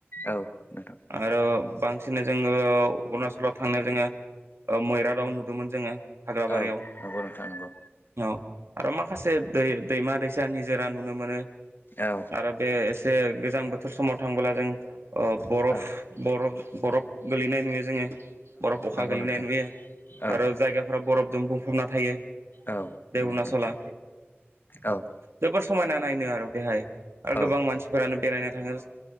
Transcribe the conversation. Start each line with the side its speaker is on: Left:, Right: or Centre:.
Left: औ नोंथां
Right: आरो बांसिनै जोङो अरुणाचलाव थांनो जोङो मैरादाव नुदोंमोन जोङो हाग्राबारियाव
Left: औ नंगौ नोंथां नंगौ
Right: औ। आरो माखासे दै दैमा दैसा निजोरा नुनो मोनो
Left: औ
Right: आरो बे जे गोजां बोथोर समाव थांबोला जों बरफ
Left: औ
Right: बरफ बरफ गोलैनाय नुयो। जोङो बरफ अखा
Left: नंगौ
Right: गोलैनाय
Left: नोंथां
Right: नुयो
Left: औ
Right: आरो जायगाफोराव बरफजों बुंफबना थायो।
Left: औ
Right: बे
Left: नंगौ
Right: अरुणाचला
Left: नोंथां। औ
Right: जोबोर समायना नायनो आरो बेहाय आरो
Left: औ
Right: गोबां मानसिफोरानो बेरायनो थाङो।